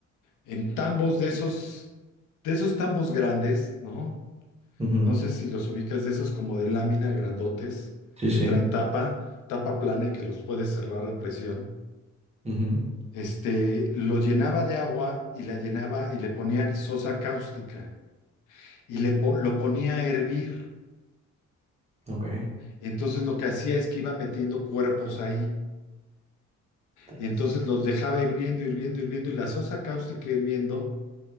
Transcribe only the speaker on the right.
ujú,
Sí,
sí.
ujú,
Ok.
Tras.